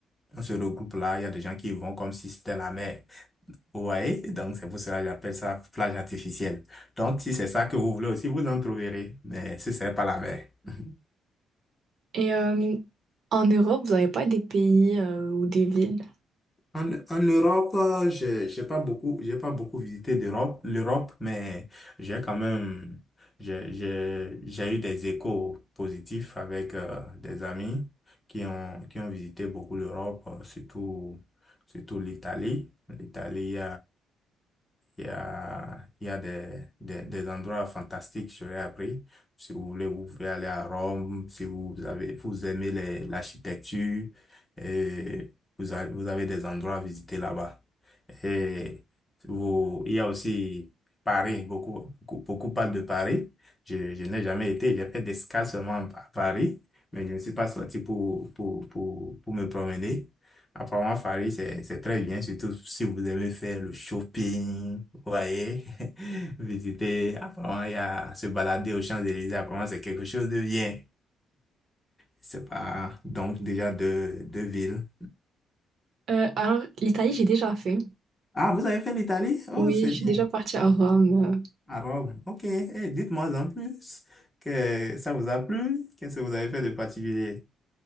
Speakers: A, on the left; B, on the right.
A: on se regroupe là. Il y a des gens qui vont comme si c'était la mer. Vous voyez? Donc c'est pour cela que j'appelle ça plage artificielle. Donc si c'est ça que vous voulez aussi, vous en trouverez, mais ce serait pas la mer. <laughs>
B: Et euh, en Europe, vous n'avez pas des pays euh, ou des villes?
A: En, en Europe, euh, j'ai j'ai pas beaucoup, j'ai pas beaucoup visité d'Europe, l'Europe, mais j'ai quand même, j'ai j'ai- j'ai eu des échos positifs avec euh, des amis qui ont, qui ont visité beaucoup l'Europe, euh, surtout, surtout l'Italie. L'Italie, il y a, il y a des, des, des endroits fantastiques, j'aurais appris. Si vous voulez, vous pouvez aller à Rome, si vous avez, vous aimez les- l'architecture, et vous avez, vous avez des endroits à visiter là-bas. Et vous, il y a aussi Paris, beaucoup, beaucoup, beaucoup parlent de Paris. Je, je n'ai jamais été, j'ai fait des escales seulement à Paris, mais je ne suis pas sorti pour, pour, pour, pour me promener. Apparemment, Paris, c'est, c'est très bien, surtout si vous aimez faire le shopping, vous voyez, <laughs> visiter, apparemment, il y a se balader aux Champs-Élysées, apparemment, c'est quelque chose de bien. C'est pas, donc, déjà deux, deux villes.
B: Euh, alors, l'Italie, j'ai déjà fait.
A: Ah, vous avez fait l'Italie? Oh,
B: Oui,
A: c'est
B: je
A: bien.
B: suis déjà partie à Rome. euh.
A: À Rome. Ok. Eh, dites-moi en plus que ça vous a plu. Qu'est-ce que vous avez fait de particulier?